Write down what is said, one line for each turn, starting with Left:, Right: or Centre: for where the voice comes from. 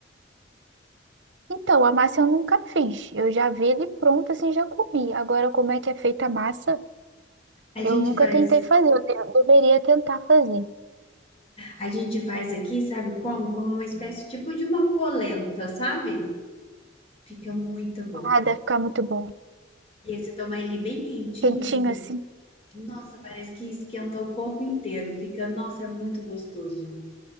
Right: Então, a massa eu nunca fiz. Eu já vi ele pronto, assim, já comi. Agora, como é que é feita a massa?
Left: A gente
Right: Eu nunca
Left: faz,
Right: tentei fazer. Eu de- deveria tentar fazer.
Left: a gente faz aqui, sabe como? Como uma espécie tipo de uma polenta, sabe? Fica muito bom.
Right: Ah, deve ficar muito bom.
Left: E aí você toma ele bem quentinho,
Right: quentinho
Left: assim,
Right: assim.
Left: nossa, parece que esquenta o corpo inteiro. Fica, nossa, é muito gostoso.